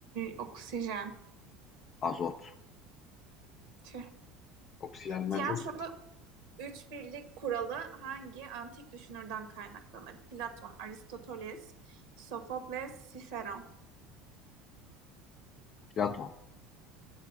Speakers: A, on the right; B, on the left.
A: oksijen.
B: Azot.
A: Tüh.
B: Oksijenden
A: Tiyatroda
B: çok
A: üç birlik kuralı hangi antik düşünürden kaynaklanır? Platon, Aristoteles, Sofokles, Ciceron,
B: Platon.